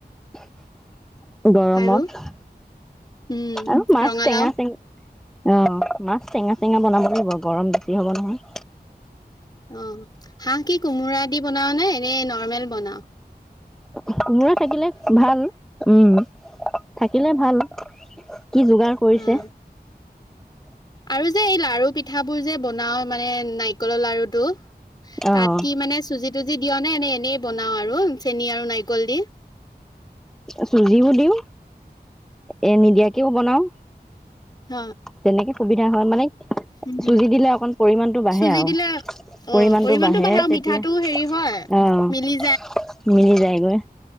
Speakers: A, in the centre; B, on the left (about 25°).
A: <inaudible> গৰমত
B: আৰু উম,
A: আৰু মাছ
B: ৰঙালাও
A: টেঙা চেঙ। অ মাছ টেঙা চেঙা বনাব লাগিব গৰম বেছি হ'ব নহয়।
B: অ হাঁহ কি কোমোৰা দি বনাঅ নে, নে নৰ্মেল বনাঅ?
A: <inaudible> থাকিলে ভাল উম থাকিলে ভাল। কি যোগাৰ কৰিছে
B: উম আৰু যে এই লাৰু পিঠাবোৰ যে। বনাও মানে নাৰিকলৰ লাৰুটো।
A: অ'
B: তাত কি মানে চুজি তুজি দিয় নে এনে এনেই বনাওঁ আৰু চেনি আৰু নাৰিকল দি।
A: চুজিও দিওঁ এ নিদিয়াকেও বনাওঁ।
B: হ
A: তেনেকে সুবিধা হয় মানে
B: উম
A: চুজি দিলে অকন পৰিমাণটো বাঢ়ে
B: চুজি
A: আৰু
B: দিলে অ
A: পৰিমানটো
B: পৰিমাণটো
A: বাঢ়ে
B: আৰু মিঠাটো
A: তেতিয়া
B: হেৰি হয়
A: আহ
B: মিলি
A: মিলি যায়গৈ।